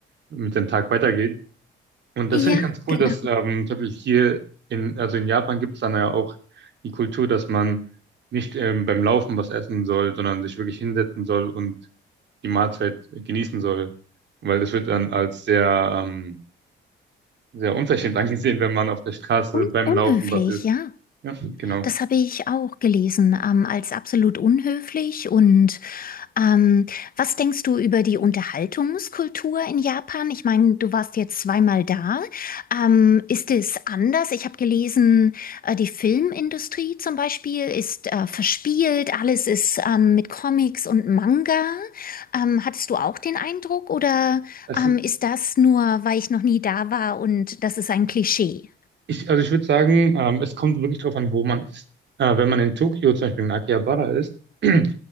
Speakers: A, on the right; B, on the left.
A: mit dem Tag weitergeht und das
B: Ja,
A: finde ich ganz cool,
B: genau.
A: dass ähm, zum Beispiel hier in, also in Japan gibt es dann ja auch die Kultur, dass man nicht ähm, beim Laufen was essen soll, sondern sich wirklich hinsetzen soll und die Mahlzeit genießen soll. Weil das wird dann als sehr, ähm, sehr unverschämt <laughs> angesehen, wenn man auf der Straße
B: Un
A: beim
B: unhöflich,
A: Laufen was isst.
B: ja.
A: Ja, genau.
B: Das habe ich auch gelesen, ähm, als absolut unhöflich. Und ähm, was denkst du über die Unterhaltungskultur in Japan? Ich meine, du warst jetzt zweimal da. Ähm, ist es anders? Ich habe gelesen, äh, die Filmindustrie zum Beispiel ist äh, verspielt, alles ist ähm, mit Comics und Manga. Ähm, hattest du auch den Eindruck oder
A: Es,
B: ähm, ist das nur, weil ich noch nie da war und das ist ein Klischee?
A: Ich, also ich würde sagen, ähm, es kommt wirklich drauf an, wo man ist. Äh, wenn man in Tokio zum Beispiel in Akihabara ist, <clears throat>